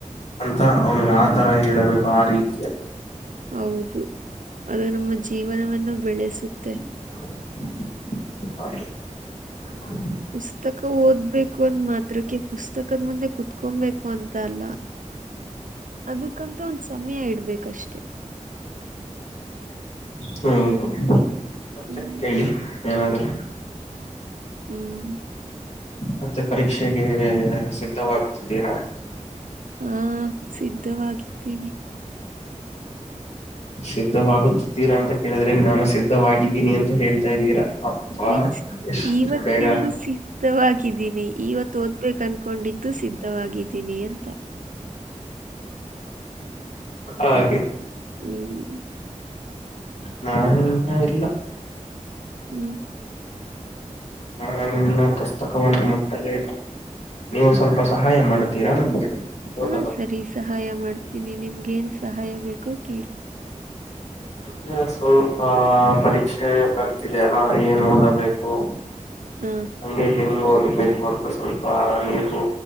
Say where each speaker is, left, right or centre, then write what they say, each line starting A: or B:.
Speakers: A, on the left; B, on the right.
A: ಅಂತ ಅವನ್ಗೆ ಆ ತರ ಹೇಳೇಬೇಕು ಆ ರೀತಿ.
B: ಹೌದು ಅದು ನಮ್ಮ ಜೀವನವನ್ನು ಬೆಳೆಸುತ್ತೆ.
A: <unintelligible>
B: ಪುಸ್ತಕ ಓದ್ಬೇಕು ಅಂದ ಮಾತ್ರಕ್ಕೆ ಪುಸ್ತಕದ ಮುಂದೆ ಕುತ್ಕೊಂಬೇಕ್ <unintelligible> ಅಲ್ಲ ಅದಕ್ಕಂತ ಒಂದ ಸಮಯ ಇಡ್ಬೇಕಷ್ಟೇ.
A: ಹ್ಮ ಹ್ಮ್ ಮತ್ತೆ
B: ಹ್ಮ್
A: ಹೇಳಿ ಏನಾದ್ರು.
B: ಹ್ಮ್
A: ಮತ್ತೆ ಪರೀಕ್ಷೆಗೆ ಸಿದ್ಧವಾಗುತ್ತಿದ್ದೀರಾ.
B: ಹಾ ಸಿದ್ಧವಾಗಿದ್ದೀನಿ.
A: ಸಿದ್ಧವಾಗುತ್ತಿದ್ದೀರಾ ಅಂತ ಕೇಳಿದ್ರೆ ನಾನು ಸಿದ್ಧವಾಗಿದ್ದೀನಿ ಅಂತ ಹೇಳ್ತಾ ಇದ್ದೀರಾ. ಅಪ್ಪಾ
B: ಮೀನ್ಸ್
A: ಎಷ್ಟು
B: ಇವತ್ತಿಂದು
A: ಬೇಗ
B: ಸಿ ದ್ಧವಾಗಿದ್ದೀನಿ ಇವತ್ತು ಓದ್ಬೇಕು ಅನ್ಕೊಂಡಿದ್ದು ಸಿದ್ಧವಾಗಿದ್ದೀನಿ ಅಂತ.
A: ಹಾಗೆ.
B: ಹ್ಮ್
A: ನಾನು ಇನ್ನ ಇಲ್ಲ.
B: ಹ್ಮ್
A: ಹ ನಾ ಪುಸ್ತಕವನ್ನು ಮುಟ್ಟಲೇ ಇಲ್ಲ. ನೀವು ಸ್ವಲ್ಪ ಸಹಾಯ ಮಾಡ್ತೀರಾ ನಮ್ಗೆ ಒದವ್
B: ಹಾ ಸರಿ ಸಹಾಯ ಮಾಡ್ತೀನಿ ನಿಮ್ಗೆ ಏನ್ ಸಹಾಯ ಬೇಕೋ ಕೇಳಿ.
A: ಇವಾಗ ಸ್ವಲ್ಪ ಪರೀಕ್ಷೆ ಬರ್ತಿದೆ ಅಲ್ಲ ಏನ್ ಓದಬೇಕು.
B: ಹ್ಮ್
A: ಹಂಗೆ ಹೆಂಗ್ ಓದ್ಬೇಕು ಅಂತ ಸ್ವಲ್ಪ ನೀವು